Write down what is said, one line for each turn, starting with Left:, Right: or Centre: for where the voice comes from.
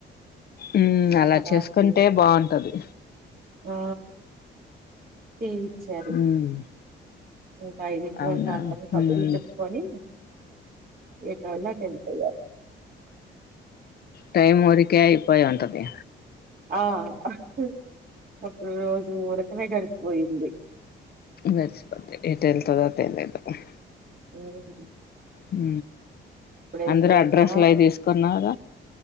Left: ఉమ్ అలా
Right: కరాటి
Left: చేసుకుంటే బాగుంటది
Right: ఆ వచ్చారు
Left: ఉమ్
Right: ఇంకా ఐదింటి
Left: అవునా
Right: వరకు అందరం కబుర్లు
Left: ఉమ్
Right: చెప్పుకొని ఏ తర్వాత వెళ్ళి పోయారు
Left: టైమ్ ఊరికే అయిపోయి ఉంటది
Right: ఆ ఒకప్పుడు రోజు ఊరకనే జరుపు పోయింది
Left: నచ్చక్ పోతే ఎతెల్తదో అ తెలీదు ఆ
Right: ఊహు
Left: హు
Right: అయిపోయిందా
Left: అందరు అడ్రస్లు అవి తీసుకున్నార